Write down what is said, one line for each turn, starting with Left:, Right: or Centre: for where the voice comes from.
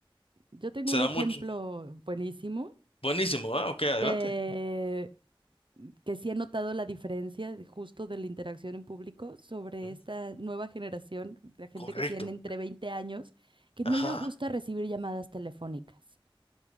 Right: Yo tengo
Left: se
Right: un
Left: da
Right: ejemplo
Left: mucho.
Right: buenísimo
Left: Buenísimo, ¿ah? Ok, adelante.
Right: de que sí he notado la diferencia de- justo de la interacción en público sobre
Left: Ujú.
Right: esta nueva generación, la gente
Left: Correcto.
Right: que tiene entre 20 años, que
Left: Ajá.
Right: no le gusta recibir llamadas telefónicas.